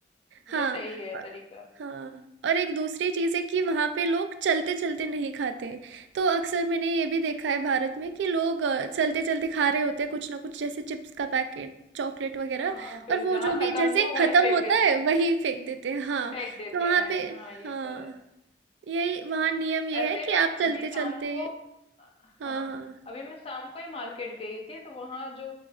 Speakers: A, on the left; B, on the right.
A: ये
B: हाँ
A: सही है
B: अ,
A: तरीका
B: हाँ और एक दूसरी चीज़ है कि वहाँ पे लोग चलते-चलते नहीं खाते हैं। तो अक्सर मैंने ये भी देखा है भारत में कि लोग अ, चलते-चलते खा रहे होते हैं कुछ ना कुछ जैसे चिप्स का पैकेट, चॉकलेट वग़ैरह
A: हाँ फिर
B: और वो
A: जहाँ
B: जो भी
A: खत्म
B: जैसे
A: हुआ
B: ख़त्म
A: वहीं फेंक
B: होता
A: देते
B: है
A: हैं
B: वही फेंक देते हैं। हाँ,
A: फेंक देते
B: तो वहाँ
A: हैं
B: पे
A: हाँ ये
B: हाँ,
A: तो है
B: यही वहाँ नियम ये
A: ऐसे
B: है
A: ही
B: कि
A: मैं
B: आप चलते-चलते
A: अभी शाम को
B: हाँ,
A: हाँ
B: हाँ।
A: अभी मैं शाम को ही मार्केट गई थी तो वहां जो